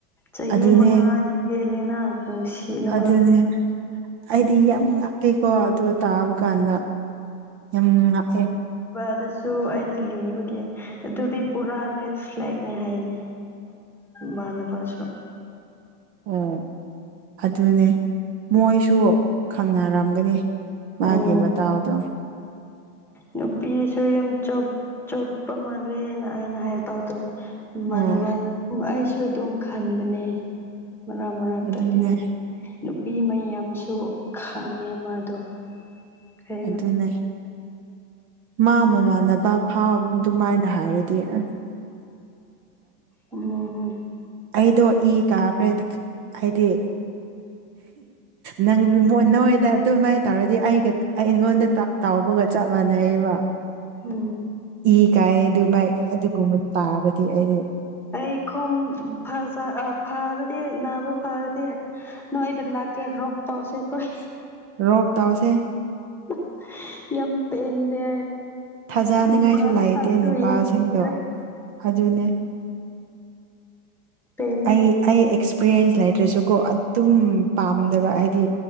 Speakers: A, in the centre; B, on the right (about 40°).
A: ꯆꯍꯤ
B: ꯑꯗꯨꯅꯦ
A: ꯃꯉꯥꯗꯤ ꯍꯦꯜꯂꯦꯅ ꯅꯨꯡꯁꯤꯅꯕ
B: ꯑꯗꯨꯅꯦ ꯑꯩꯗꯤ ꯌꯥꯝ ꯉꯥꯛꯀꯩꯀꯣ ꯑꯗꯨ ꯇꯥꯕ ꯀꯥꯟꯗ ꯎ ꯅꯦ
A: ꯑꯗꯨꯁꯨ ꯑꯩꯅ ꯂꯤꯕꯒꯤꯦ ꯑꯗꯨꯗꯤ ꯄꯨꯔꯥ ꯔꯦꯠ ꯐ꯭ꯂꯦꯦꯛꯅꯦ ꯍꯥꯏꯅꯦ ꯃꯥꯅ ꯄꯁꯨ
B: ꯑꯣ ꯑꯗꯨꯅꯦ ꯃꯣꯏꯁꯨ ꯈꯪꯅꯔꯝꯒꯅꯤ ꯃꯥꯦ
A: ꯎꯝ
B: ꯇꯑꯣꯗꯣ
A: ꯅꯨꯄꯤꯁꯨ ꯌꯥꯝ ꯆ ꯆꯣꯞꯄ ꯃꯥꯜꯂꯦꯅ ꯑꯩꯅ ꯍꯥꯏꯕ ꯑꯗꯣ ꯃꯥꯟꯅꯕ
B: ꯎꯝ
A: ꯑꯩꯁꯨ ꯑꯗꯨꯝ ꯈꯟꯕꯅꯦ ꯃꯔ ꯃꯔꯔꯇ
B: ꯑꯗꯨꯅꯦ
A: ꯇ ꯅꯨꯄꯤ ꯃꯩ ꯌꯥꯝꯁꯨ ꯈꯪꯉꯦ ꯃꯥꯗꯣ ꯀꯩꯅꯣ
B: ꯑꯗꯨꯅꯦ ꯃꯥ ꯃꯃꯥꯟꯅꯕ ꯐꯥꯎ ꯑꯗꯨꯃꯥꯏꯅ ꯍꯥꯏꯔ ꯏꯇ
A: ꯎꯝ
B: ꯑꯩꯗꯣ ꯏ ꯀꯥꯈ꯭ꯔꯦꯗꯤ ꯍꯥꯏꯗꯤ ꯅꯪ ꯃ ꯅꯣꯏꯗ ꯑꯗꯨꯃꯥꯏꯅ ꯇꯧꯔꯗꯤ ꯑꯩꯒ ꯑꯩ ꯑꯩꯉꯣꯟꯗ ꯇ ꯍꯧꯕꯒ ꯆꯞ ꯃꯥꯟꯅꯩꯌꯦꯕ
A: ꯍ
B: ꯏ ꯀꯥꯏ ꯑꯗꯨ ꯃꯥꯏ ꯑꯗꯨꯒꯨꯝꯕ ꯇꯥꯕꯗꯤ ꯑꯩꯗꯤ
A: ꯑꯩ ꯈꯣꯡ ꯐꯖ ꯐꯥꯔꯗꯤꯦ ꯅꯥꯕ ꯐꯥꯔꯗꯤꯦ ꯅꯣꯏꯗ ꯂ ꯇꯦ ꯔ ꯄꯥꯎꯁꯦ ꯀꯣꯏ
B: ꯔꯣꯞ ꯇꯥꯎꯁꯦ
A: <inaudible> ꯌꯥꯝ ꯄꯦꯟꯗꯦ
B: ꯊꯥꯖꯅꯤꯡꯉꯥꯏꯁꯨ
A: ꯅꯨꯄꯥꯥꯁ
B: ꯂꯩꯇꯦ
A: ꯈ
B: ꯅꯨꯄꯥꯁꯤꯡꯗꯣ
A: ꯌꯦꯡꯉ꯭ꯔꯦ
B: ꯑꯗꯨꯅꯦ
A: ꯄꯦꯜꯂꯦ
B: ꯑꯩ ꯑꯩ ꯑꯦꯛꯁꯄꯤꯔꯤꯌꯦꯟꯁ ꯠꯇ꯭ꯔꯁꯨ ꯀꯣ ꯑꯗꯨꯝ ꯄꯥꯝꯗꯕ ꯍꯥꯏꯗꯤ